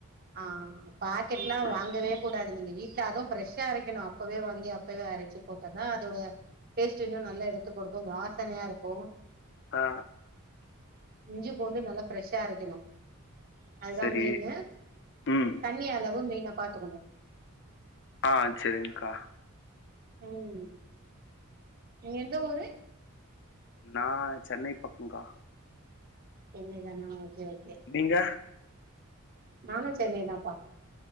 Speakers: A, on the right; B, on the left.
A: ஆ பாக்கெட்லா
B: ம்.
A: வாங்கவே கூடாது நீங்க வீட்ல அது ஃப்ரெஷ்ஷா அரைக்கணு அப்பவே வாங்கி அப்பவே அரச்சி போட்டா தா அதோட டேஸ்ட்டு இன்னு நல்லா எடுத்து குடுக்கு வாசனையா இருக்கு
B: ஆ
A: இஞ்சி பூண்டு நல்லா ஃப்ரெஷ்ஷா அரைக்கணு அதுதா
B: செரி
A: மெயினு
B: ம்
A: தண்ணி அளவு மெய்னா பாத்துக்கணு
B: ஆ செரி்ங்க்கா
A: ம் நீங்க எந்த ஊரு
B: நா சென்னை பக்கங்க்கா
A: சென்னை தானா ஓகே ஓகே
B: நீங்க
A: நானு சென்னை தாம்ப்பா